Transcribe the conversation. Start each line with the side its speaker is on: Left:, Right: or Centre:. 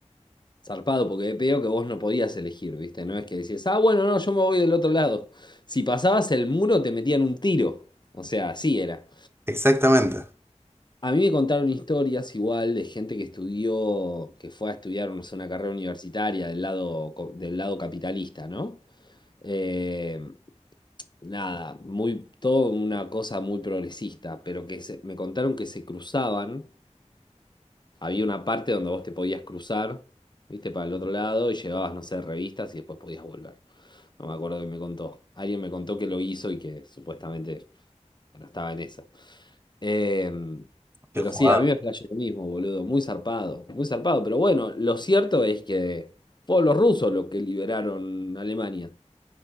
Left: zarpado, porque veo que vos no podías elegir, ¿viste? No es que decías, ah, bueno, no, yo me voy del otro lado. Si pasabas el muro te metían un tiro. O sea, así era.
Right: Exactamente.
Left: A mí me contaron historias igual de gente que estudió, que fue a estudiar, no sé, una carrera universitaria del lado, co- del lado capitalista, ¿no? Eh, nada, muy, todo una cosa muy progresista, pero que se- me contaron que se cruzaban, había una parte donde vos te podías cruzar, viste, para el otro lado y llevabas, no sé, revistas y después podías volver. No me acuerdo que me contó. Alguien me contó que lo hizo y que supuestamente, bueno, estaba en esa. Eh,
Right: Qué
Left: pero
Right: jugado.
Left: sí, a mí me flasheó lo mismo, boludo, muy zarpado, muy zarpado, pero bueno, lo cierto es que fueron los rusos los que liberaron Alemania.